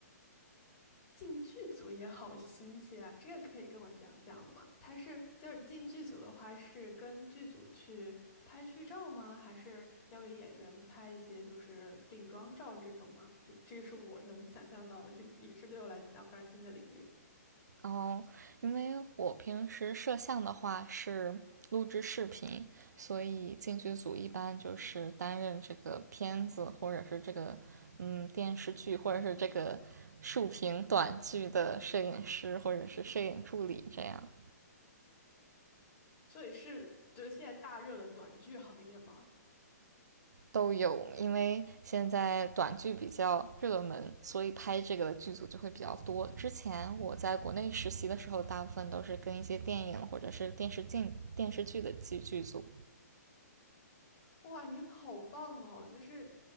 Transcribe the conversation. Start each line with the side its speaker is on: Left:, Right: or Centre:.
Left: 进剧组也好新鲜啊，这个可以跟我讲讲吗？他是就是进剧组的话，是跟剧组去拍剧照吗？还是要给演员拍一些就是定妆照这种吗？就这个是我能想象到的，这也是对我来讲非常新的领域。
Right: 然后，因为我平时摄像的话是录制视频，所以进剧组一般就是担任这个片子或者是这个嗯电视剧或者是这个竖屏短剧的摄影师或者是摄影助理这样
Left: 所以是就是现在大热的短剧行业吗？
Right: 都有。因为现在短剧比较热门，所以拍这个的剧组就会比较多。之前我在国内实习的时候，大部分都是跟一些电影或者是电视剧电视剧的剧剧组。
Left: 哇，你好棒哦！就是，